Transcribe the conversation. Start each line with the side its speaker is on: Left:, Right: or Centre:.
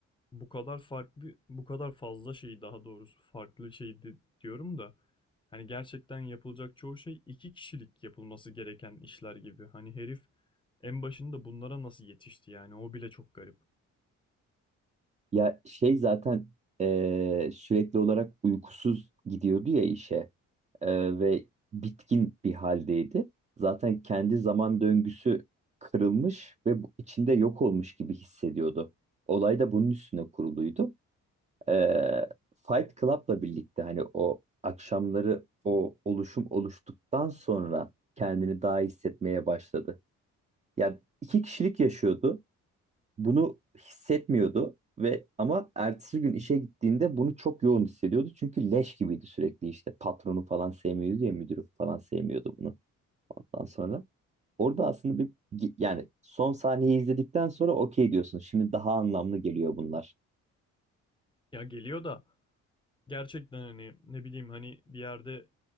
Left: Bu kadar farklı, bu kadar fazla şeyi daha doğrusu farklı şey di- diyorum da hani gerçekten yapılacak çoğu şey iki kişilik yapılması gereken işler gibi. Hani herif en başında bunlara nasıl yetişti yani o bile çok garip.
Right: Ya şey zaten eee, sürekli olarak uykusuz gidiyordu ya işe Eee, ve bitkin bir haldeydi. Zaten kendi zaman döngüsü kırılmış ve bu- içinde yok olmuş gibi hissediyordu. Olay da bunun üstüne kuruluydu. Eee, Fight Club'la birlikte hani o akşamları o oluşum oluştuktan sonra kendini daha iyi hissetmeye başladı. Ya iki kişilik yaşıyordu bunu hissetmiyordu ve ama ertesi gün işe gittiğinde bunu çok yoğun hissediyordu. Çünkü leş gibiydi sürekli işte patronu falan sevmiyordu ya müdürü falan sevmiyordu bunu. Ondan sonra orada aslında bir yani son sahneyi izledikten sonra okey diyorsun. Şimdi daha anlamlı geliyor bunlar.
Left: Ya geliyor da Gerçekten hani ne bileyim hani bir yerde